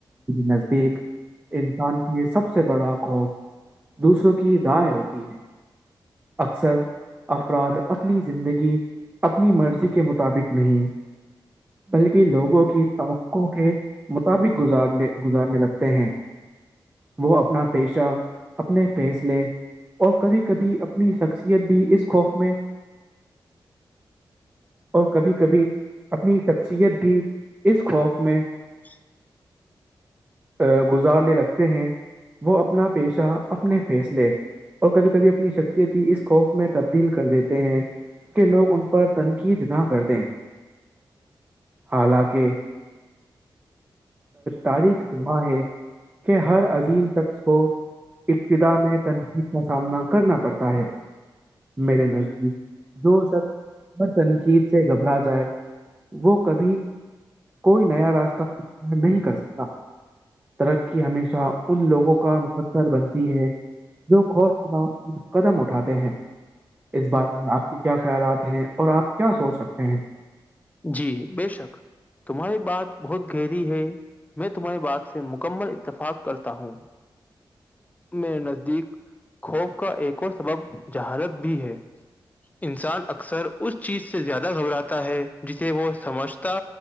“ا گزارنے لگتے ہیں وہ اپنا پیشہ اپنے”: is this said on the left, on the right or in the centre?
Right